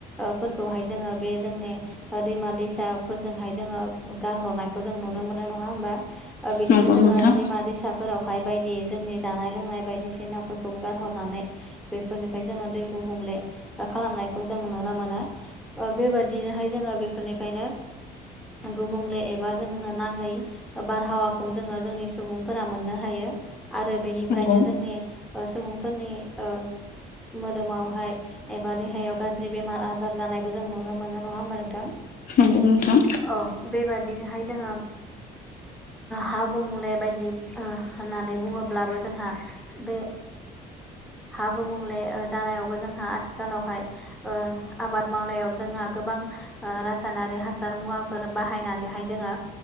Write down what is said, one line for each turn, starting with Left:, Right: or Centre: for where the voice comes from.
Centre: ओ फोरखौहाय जोङो बे जोंनि ओ दैमा दैसाफोरजोंहाय जोङो गारहरनायखौ जों नुनो मोनो नङा होमबा? ओ बिदिनो
Left: नंगौ
Centre: जोङो
Left: नोंथां
Centre: दैमा दैसा फोरावहाय बायदि जोंनि जानाय लोंनाय बायदिसिनाफोरखौ गारहरनानै बेफोरनिफ्राय जोङो दै गुबुंले खालामनायखौ जों नुनो मोनो। ओ बेबादिनोहाय जोङो बेफोरनिफ्रायनो गुबुंले एबा जोंनो नाङै बारहावाखौ जोङो जोंनि सुबुंफोर मोननो हायो आरो बेनिफ्रायनो
Left: नंगौ
Centre: जोंनि ओ सुबुंफोरनि ओ मोदोमावहाय एबा देहायाव गाज्रि बेमार आजार जानायबो जों नुनो मोनो नङा होमबा नोंथां?
Left: नंगौ नोंथां
Centre: औ बेबादिनोहाय जोङो हा गुमुनाय बायदि होननानै बुङोब्लाबो जोंहा बे हाग मुंले जानायावबो जोंहा आथिखालावहाय आबाद मावनायाव जोंहा गोबां रासायनारि हासार मुवाफोर बाहायनानैहाय जोङो